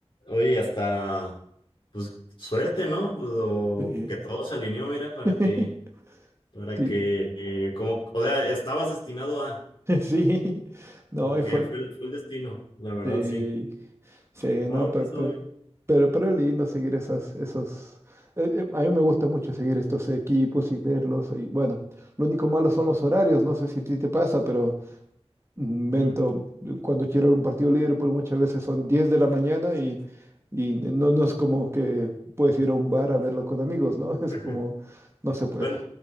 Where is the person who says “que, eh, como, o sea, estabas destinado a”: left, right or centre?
Left